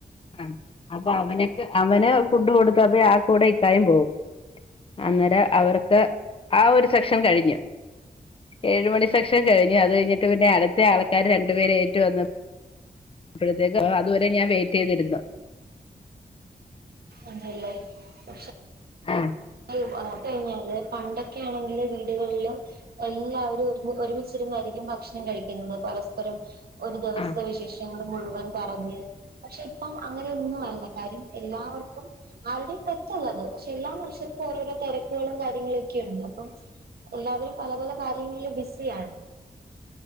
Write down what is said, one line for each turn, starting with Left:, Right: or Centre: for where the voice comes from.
Left: അഹ് അപ്പൊ അവന്ക്ക് അവന് ഫുഡ് കൊടുത്തപ്പ ആ കൂടെ ഇക്കായും പോവും അന്നേരം അവർക്കാ ആഹ് ഒരു സെക്ഷൻ കഴിഞ്ഞു ഏഴു മണി സെക്ഷൻ കഴിഞ്ഞു അത് കഴിഞ്ഞിട്ട് പിന്നെ അടുത്ത ആൾക്കാര് രണ്ടു പേരു ഏറ്റു വന്നപ്പോ അപ്പോഴത്തേക്കും ആഹ് അതുവരെ ഞാൻ വെയിറ്റ് ചെയ്തിരുന്നു
Right: അതേല്ലേ കൊറച്ച്
Left: ആഹ്
Right: ആയും ആഹ് കഴിഞ്ഞാല് പണ്ടൊക്കെ ആണെങ്കില് വീടുകളിലും എല്ലാവരും ഒര് ഒരുമിച്ചിരുന്നാരിക്കും ഭക്ഷണം കഴിക്കുന്നത് പരസ്പരം ഒരു ദിവസ്ത്തെ
Left: ആ
Right: വിശേഷം ങ്ങള് മുഴുവൻ പറഞ്ഞ് പക്ഷെ ഇപ്പം അങ്ങനെയൊന്നും അല്ല കാര്യം എല്ലാവർക്കും ആര്ടേം തെറ്റല്ലത് പക്ഷെ എല്ലാ മനുഷ്യർ ക്കും ഓരോരോ തെരക്കുകളും കാര്യങ്ങളക്കെയൊണ്ട് അപ്പം എല്ലാവരും പല പല കാര്യങ്ങളില് ബിസിയാണ്